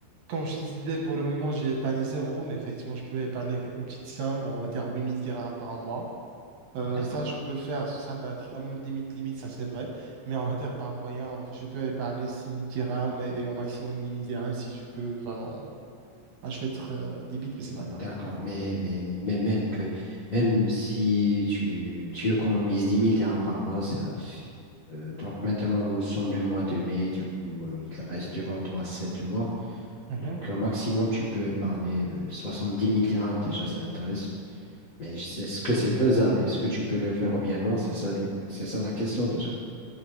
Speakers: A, on the right; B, on the left.
A: comme je te disais, pour le moment, j'ai épargné zéro, mais effectivement, je peux épargner une petite somme, on va dire 8000 dirhams par mois. Euh,
B: D'accord.
A: ça, je peux le faire. Ça va être vraiment limite, limite, ça c'est vrai. Mais on va dire par moyen, on- je peux épargner six mille dirhams et, et au maximum mille dirhams si je peux vraiment. Ah, je vais être euh, débite, mais
B: Mm,
A: c'est pas grave.
B: D'accord, mais, mais, mais même que même si tu, tu économises dix mille dirhams par mois, ça- euh, donc maintenant nous sommes le mois de mai, du coup euh, il reste devant toi 7 mois,
A: Mhm.
B: donc au maximum tu peux épargner euh, dix mille dirhams déjà, c'est intéressant. Mais est-ce que c'est faisable? Est-ce que tu peux le faire ou bien non? C'est ça le, c'est ça la question déjà.